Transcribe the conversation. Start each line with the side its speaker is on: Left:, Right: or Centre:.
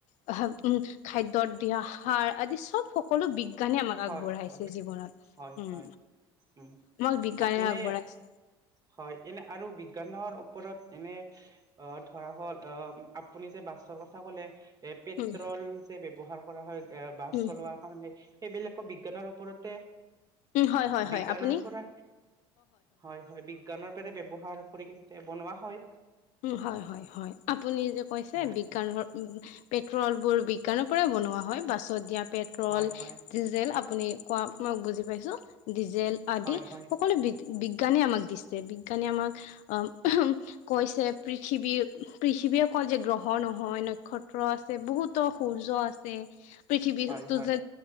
Left: <unintelligible> খাদ্যয়ত বিয়াহ সাৰ আদি সব সকলো বিজ্ঞানে
Right: হয়
Left: আমাক আগ আগবঢ়াইছে জীৱনত
Right: হয় হয়
Left: উম,
Right: হয় উম
Left: আমাক বিজ্ঞানে
Right: এনে
Left: আগবঢ়াইছে।
Right: হয়, এনে আৰু বি বিজ্ঞানৰ ওপৰত এনে অহ, ধৰা হ'ল আহ আপুনি যে বাছৰ কথা ক'লে এ, পেট্ৰল
Left: উম
Right: যে ব্যৱহাৰ কৰা হয়, এ বাছ
Left: উম
Right: চলোৱাৰ কাৰণে। সেইবিলাকো বিজ্ঞানৰ ওপৰতে
Left: উম হয় হয় হয়
Right: বিজ্ঞানৰ
Left: আপুনি
Right: পৰা হয়, হয় বি <unintelligible> ব্যৱহাৰ কৰি কেনে বনোৱা হয়।
Left: উম হয়, হয়, হয়, আপুনিযে কৈছে
Right: হয়
Left: বিজ্ঞানৰ পেট্ৰলবোৰ বিজ্ঞানৰ পৰাই বনোৱা হয় বাছত দিয়া পেট্ৰল,
Right: হয় হয়
Left: ডিজেল আপুনি কক মই বুজি পাইছো। ডিজেল আদি
Right: হয় হয়
Left: সকলো বি-বিজ্ঞানে আমাক দিছে, বিজ্ঞানে আমাক <unintelligible> কৈছে পৃথিৱীৰ, পৃথিৱীয়ে কয় যে গ্ৰহ নহয়, নক্ষত্ৰ আছে, বহুতো সূৰ্য আছে। <inaudible> পৃথিৱীতটো
Right: হয় হয়
Left: যে